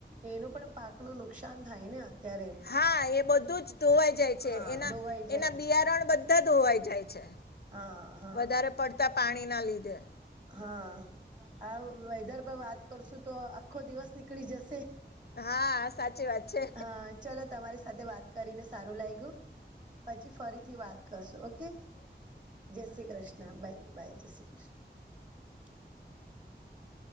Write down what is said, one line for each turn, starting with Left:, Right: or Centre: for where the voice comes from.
Right: એનું પણ પાક નું નુકસાન થાય ને અત્યારે
Left: હા એ બધું જ ધોવાઈ જાય છે.
Right: હા
Left: એના
Right: ધોવાઈ જાય
Left: એના બિયારણ બધા ધોવાઈ જાય છે.
Right: હા હા
Left: વધારે પડતા પાણી ના લીધે
Right: હા આ વેધર પર વાત કરશું તો આખો દિવસ નીકળી જશે.
Left: હા સાચી વાત છે.
Right: હા ચલો તમારી સાથે વાત કરીને સારુ લાગ્યું. પછી ફરીથી વાત કરશો ઓકે. જય શ્રી કૃષ્ણ બાય બાય જય શ્રી કૃષ્ણ <inaudible>